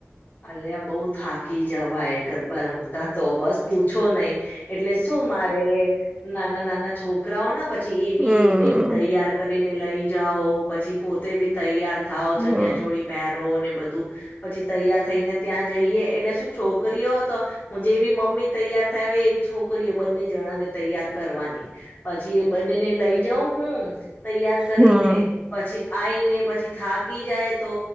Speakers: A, on the left; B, on the right.
A: અલીયા બહુત.. થાકી જવાય ગરબા રમતા તો બસ પૂછો નહિ એટલે શું મારે નાના નાના છોકરાઓના પછી એ
B: હમ
A: બી એને બી તૈયાર કરીને લઈ જાઓ પછી પોતે બી તૈયાર થાઓ
B: હમ
A: ચન્યા ચોળી પહેરો અને બધું પછી તૈયાર થઈને ત્યાં જઈએ એટલે શું છોકરીઓ તો હું, જેવી મમ્મી તૈયાર <unintelligible> એવી છોકરીઓ બંને જણાને તૈયાર કરવાની, પછી એ બંનેને લઈ જાઉં હું તૈયાર કરીને
B: હમ
A: પછી આઈને પછી થાકી જાય તો